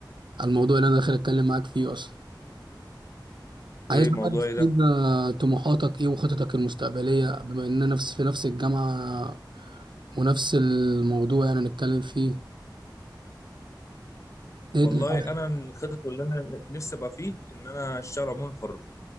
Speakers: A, on the right; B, on the left.
A: على الموضوع اللي انا داخل اتكلم معاك فيه اصلا عايز
B: ايه
A: بقى
B: الموضوع
A: تفيدنا
B: ايه ده
A: طموحاتك ايه وخططك المستقبلية بما اننا نفس في نفس الجامعة ونفس الموضوع يعني نتكلم فيه ايه
B: والله
A: طموحاتك
B: انا الخطط اللي انا نفسي ابقى فيه ان انا اشتغل عموما حر